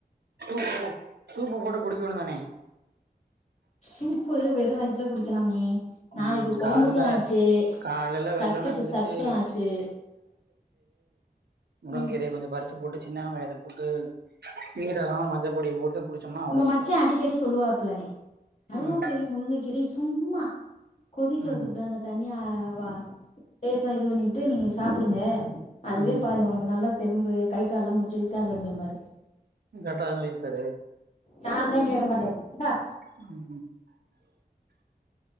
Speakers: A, on the right (about 80°); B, on the left (about 45°).
A: சூப்பு சூப்பு போட்டு குடிக்கணு தானே
B: சூப்பு வெறு வயித்துல குடிக்கலாம் ணே நாளைக்கி
A: ம்
B: கொழம்புக்கு
A: கால்ல
B: ஆச்சு
A: காலைல
B: சத்துக்கு
A: வெள்ளன எந்திரிச்சு
B: சத்து ஆச்சு
A: முருங்கைகீரையை
B: ம்
A: கொஞ்சோ பறிச்சுப் போட்டு சின்னவெங்காயத்தப் போட்டு சீரகோ மஞ்சப் பொடி போட்டு குடிச்சோம்னா அவ்ளோ
B: உங்க மச்சா
A: சுத்தோ
B: அடிக்கடி சொல்லுவா பிள்ளணே கருவேப்பிலையும்
A: ம்
B: முருங்கைக்கீரையு சும்மா கொதிக்க
A: ம்
B: வச்சுப்புட்டு அந்த தண்ணியா வ லேசா இது பண்ணிட்டு நீங்க சாப்புடுங்க அதுவே
A: ம்
B: பாதி உனக்கு நல்லா தெம்பு கை கால் எல்லா புடிச்சி இழுக்காது அப்டிம்பாரு
A: கரட்டாதா சொல்லி இருக்காரு
B: நாந்தா கேட்க மாட்டே இந்தா
A: ம்